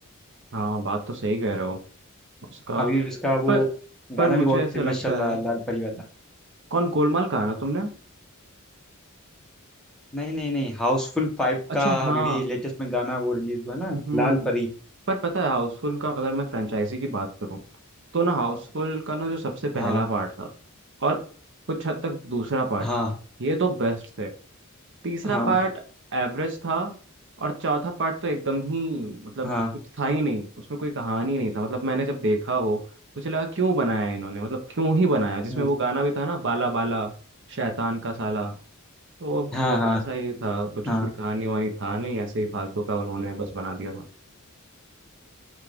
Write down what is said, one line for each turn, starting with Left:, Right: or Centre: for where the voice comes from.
Right: हाँ बात तो सही कह रहे हो उसका
Centre: अभी उसका वो
Right: पर पर
Centre: गाना
Right: मुझे
Centre: भी बहुत
Right: ऐसा
Centre: फेमस
Right: लगता
Centre: चल रहा
Right: है
Centre: है लाल परी वाला
Right: कौन गोलमाल कहा ना तुमने
Centre: नहीं नहीं नहीं हाउसफुल फाइव
Right: अच्छा
Centre: का
Right: हाँ
Centre: अभी लेटेस्ट में गाना वो रिलीज हुआ है ना
Right: हम्म
Centre: लाल परी
Right: पर पता है हाउसफुल का अगर मैं फ्रेंचाइजी की बात करूं तो ना हाउसफुल का ना जो सबसे पहला
Centre: हाँ
Right: पार्ट था और कुछ हद तक दूसरा पार्ट
Centre: हाँ
Right: ये तो बेस्ट थे तीसरा
Centre: हाँ
Right: पार्ट एवरेज था और चौथा पार्ट तो एकदम ही मतलब
Centre: हाँ
Right: कुछ था ही नहीं उसमें कोई कहानी नहीं था मतलब मैंने जब देखा वो मुझे लगा क्यों बनाया है इन्होंने मतलब क्यों ही बनाया जिसमें
Centre: हम्म,
Right: वो गाना भी था ना बाला बाला शैतान का साला तो वो
Centre: हाँ
Right: बेकार
Centre: हाँ
Right: सा ही था कुछ
Centre: हाँ
Right: उसमें कहानी वहानी था नहीं ऐसे ही फालतू का उन्होंने बस बना दिया था